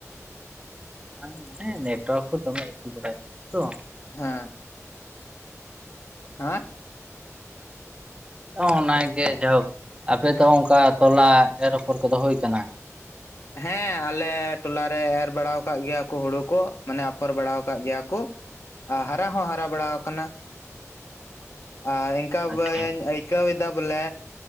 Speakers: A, on the right (about 15°); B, on the left (about 55°).
A: ᱵᱟᱝ ᱢᱚᱱᱮ ᱱᱮᱴᱣᱟᱨᱠ ᱠᱩ ᱫᱚᱢᱮ ᱤᱥᱩ ᱵᱟᱲᱟᱭ ᱜᱮᱭᱟ ᱛᱚ᱾
B: ᱦᱮᱸ᱾ ᱦᱟᱸᱻ᱾
A: ᱚᱸᱻ ᱚᱱᱟ ᱜᱮ ᱡᱟᱭᱦᱳᱠ ᱟᱯᱮ ᱫᱚ ᱚᱝᱠᱟ ᱛᱚᱞᱟ ᱮᱨ ᱟᱯᱷᱚᱨ ᱠᱚᱫᱚ ᱦᱩᱭ ᱠᱟᱱᱟ᱾
B: ᱦᱮᱸ ᱟᱞᱮ ᱴᱚᱞᱟ ᱨᱮ ᱮᱨ ᱵᱟᱲᱟᱣ ᱠᱟᱜ ᱜᱮᱭᱟ ᱠᱚ ᱦᱩᱲᱩ ᱠᱚ ᱢᱟᱱᱮ ᱟᱯᱷᱚᱨ ᱵᱟᱲᱟᱣ ᱠᱟᱜ ᱜᱮᱭᱟ ᱠᱚ᱾ ᱟᱨ ᱦᱟᱨᱟ ᱦᱚᱸ ᱦᱟᱨᱟ ᱵᱟᱲᱟᱣ ᱠᱟᱱᱟ ᱟᱨ ᱤᱱᱠᱟ
A: ᱟᱪᱪᱷᱟ
B: ᱵᱟᱹᱻᱧ ᱟᱹᱭᱼᱼ ᱟᱹᱭᱠᱟᱹᱣ ᱣᱮᱫᱟ ᱵᱚᱞᱮ